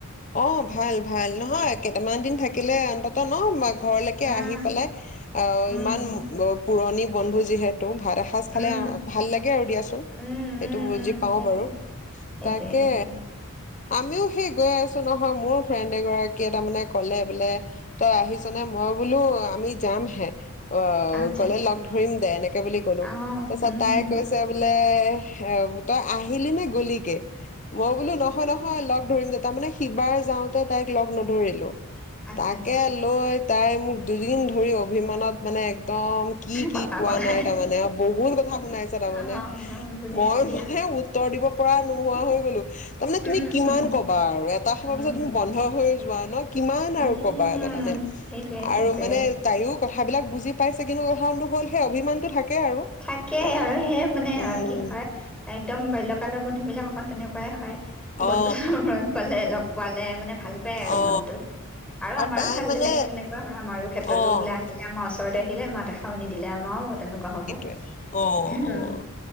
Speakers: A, on the left; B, in the centre.
A: অ ভাল ভাল নহয় <unintelligible> কেইটামান দিন থাকিলে অন্তত ন বাক ঘৰলৈকে
B: উম,
A: আহি পেলাই অ'
B: উম।
A: ইমান <unintelligible> পুৰণি বন্ধু যিহেত <unintelligible> ভাত এসাঁজ
B: উম,
A: খালে ভাল লাগে আৰু দিয়া <unintelligible>
B: উম,
A: সেইটো
B: উম,
A: বুজ
B: উম,
A: পাওঁ
B: সেইটোৱে,
A: বাৰু
B: সেইটোৱে,
A: তাকে।
B: সেইটোৱে।
A: আমিও সেই গৈ আছো নহয় মোৰ ফ্ৰেণ্ড এগৰাকীয়ে তাৰ মানে ক'লে বোলে তই আহিছ নে, মই বোলো আমি যাম হে অ'
B: আচ্ছা,
A: গলে
B: আচ্ছা।
A: লগ ধৰিম দে এনেকে বুলি ক'লো,
B: অ',
A: তাৰ পিছত
B: উম,
A: তাই কৈছে বোলে এ তই আহিলি নে গলিগে? মই বোলো নহয়-নহয় লগ <unintelligible> ধৰিম দে, তাৰ মানে সিবাৰ যাওঁতে তাইক লগ নধৰিলো
B: আচ্ছা,
A: তাকে
B: আচ্ছা,
A: লৈ তাই মোক দুদিন ধৰি অভিমানত মানে একদম কি কি
B: কথা
A: কোৱা
B: শুনা।
A: নাই তাৰমানে, বহুত কথা শুনাইছে তাৰমানে,
B: অ', অ', বুজিছো
A: মই
B: দিয়া।
A: মানে উত্তৰ দিব পৰা নোহোৱা হৈ তাৰ মানে তুমি
B: উম,
A: কিমান
B: উম,
A: <unintelligible> ক'বা আৰু এটা সময়
B: উম,
A: পিছত <unintelligible> বন্ধ হৈ <unintelligible> কিমান
B: উম,
A: আৰু ক'বা তামানে
B: সেইটোৱে, সেইটোৱে।
A: আৰু মানে তাইৰো কথাবিলাক বুজি পাইছে ন'। কিন্তু কাৰণটো হ'ল সেই অভিমানতটো থাকে আৰু
B: থাকেই
A: অ
B: আৰু সেই মানে
A: উম
B: কি হয় একদম বাল্যকালৰ বন্ধু বিলাক অকন তেনেকুৱা। <unintelligible> বহুত
A: অ
B: বছৰৰ মূৰত পালে লগ পালে। ভাল পায় আৰু
A: অ
B: মনটো আৰু আমাৰো
A: তাই
B: ভাল
A: মানে
B: লাগে তেনেকুৱা হয় আমাৰো ক্ষেত্ৰতো
A: অ
B: বোলে আহিলে আমাৰ ওচৰতে আহিলে মাত এষাৰ <unintelligible> <unintelligible> আমাৰো তেনেকুৱা হ'ব
A: অ'-অ'
B: হয়